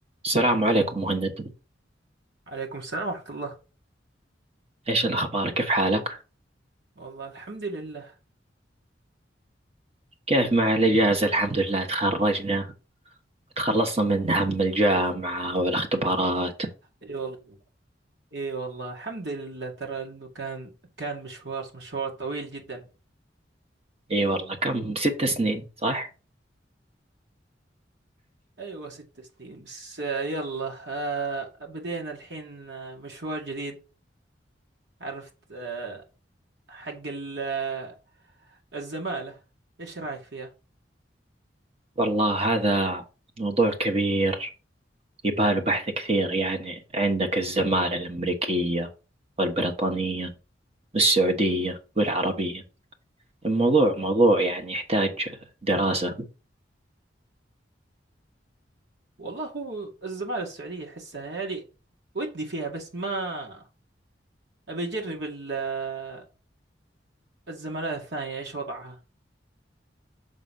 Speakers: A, on the right; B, on the right.
A: السلام عليكم مهند
B: عليكم السلام ورحمة الله
A: ايش الاخبار كيف حالك
B: والله الحمد لله
A: كيف مع الاجازه الحمد لله تخرجنا تخلصنا من هم الجامعه والاختبارات
B: اي والله اي والله الحمد لله ترى انه كان كان مشوار مشوار طويل جدا
A: اي والله كم ست سنين صح
B: ايوه ست سنين بس آه، يلا آه بدينا الحين آه، مشوار جديد عرفت آه حق ال- آه، الزمالة ايش رايك فيها
A: والله هذا موضوع كبير يباله بحث كثير يعني عندك الزمالة الأمريكية والبريطانية والسعودية والعربية الموضوع موضوع يعني يحتاج دراسة
B: والله هو الزمالة السعودية احسها يعني ودي فيها بس ما ابي اجرب ال- آه، الزمالة الثانية ايش وضعها